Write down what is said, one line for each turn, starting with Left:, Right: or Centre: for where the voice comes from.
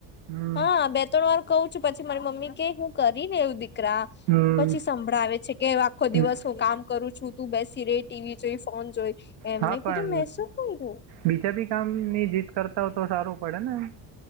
Right: હમ
Left: હા બે ત્રણ વાર કવું છું પછી મારી મમ્મી કે હું કરીને એવું દીક રા
Right: હમ
Left: પછી સંભળાવે છે કે આખો
Right: હમ.
Left: દિવસ હું કામ કરું છું તું બેસી રેય ટીવી જોઈ ફોન જોઈ એમ
Right: હા
Left: મે
Right: પણ
Left: કીધું મે‌ શું કરીયુ.
Right: બીજા બી કામ ની જીત કરતા હો તો સારું પડે ને એમ.